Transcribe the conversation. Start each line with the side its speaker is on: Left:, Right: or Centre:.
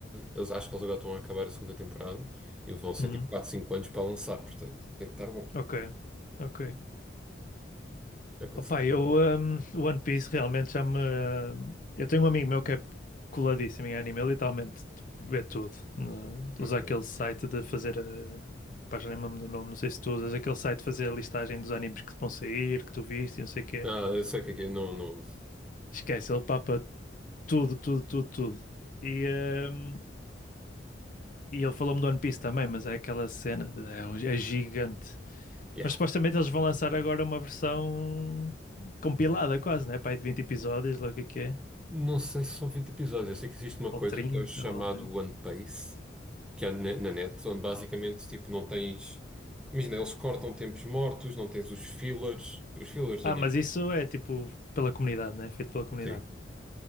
Centre: Eles acho que eles agora estão a acabar a segunda temporada e vão ser
Left: Uhum.
Centre: tipo 4 5 anos para lançar, portanto, tem que estar bom.
Left: Ok, ok.
Centre: Aconselho.
Left: Opa, eu, hum, o One Piece realmente já me. Eu tenho um amigo meu que é coladíssimo em anime, ele literalmente tipo, vê tudo. né?
Centre: Ok.
Left: Usa aquele site de fazer. A... Pá, já nem me lembro do nome, não sei se tu usas aquele site de fazer a listagem dos animes que vão sair, que tu viste e não sei o quê.
Centre: Ah, eu sei o que é que é, não, não uso.
Left: Esquece, ele papa tudo, tudo, tudo, tudo. E, hum, e ele falou-me do One Piece também, mas é aquela cena de. É, um- é gigante.
Centre: Yeah.
Left: Mas supostamente eles vão lançar agora uma versão compilada quase, né? Pá, aí de 20 episódios, logo o que é. que é.
Centre: Não sei se são 20 episódios. Eu sei que existe uma coisa
Left: Ou 30,
Centre: que é o chamado
Left: ou algo do género.
Centre: One Piece, que é na, na net, onde basicamente tipo, não tens. Imagina, eles cortam tempos mortos, não tens os fillers. Os fillers
Left: Ah,
Centre: do anime.
Left: mas isso é tipo pela comunidade, né? Feito pela comunidade.
Centre: Sim.